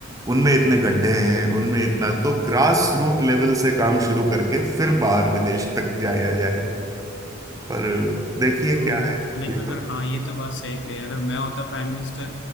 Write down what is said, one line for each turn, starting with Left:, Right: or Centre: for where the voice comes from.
Right: उनमें इतने गड्ढे हैं उनमें इतना तो ग्रास रूट लेवल से काम शुरू करके फिर बाहर विदेश तक जाया जाए पर देखिए
Left: लाइक
Right: क्या है ये
Left: अगर
Right: तो
Left: हाँ ये तो बात सही कही अगर मैं होता प्राइम मिनिस्टर